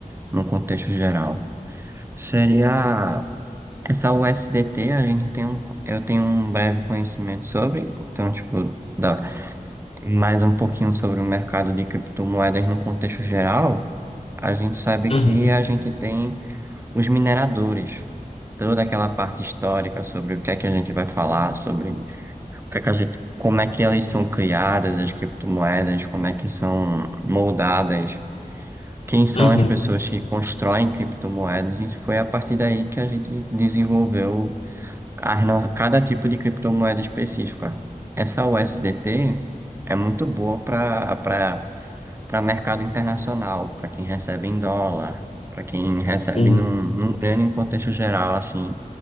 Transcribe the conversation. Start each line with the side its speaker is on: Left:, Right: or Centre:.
Right: no contexto geral. Seria essa USDT, a gente tem um, eu tenho um breve conhecimento sobre, então, tipo, dá mais um pouquinho sobre o mercado de criptomoedas no contexto geral. A gente sabe
Left: Uhum,
Right: que a gente tem os mineradores, toda aquela parte histórica sobre o que é que a gente vai falar, sobre o que é que a gente, como é que elas são criadas, as criptomoedas, como é que são moldadas, quem são
Left: uhum,
Right: as pessoas que constroem criptomoedas, e foi a partir daí que a gente desenvolveu as no- cada tipo de criptomoeda específica. Essa USDT é muito boa para para para mercado internacional, para quem recebe em dólar para quem recebe
Left: sim.
Right: num, num grande contexto geral, assim,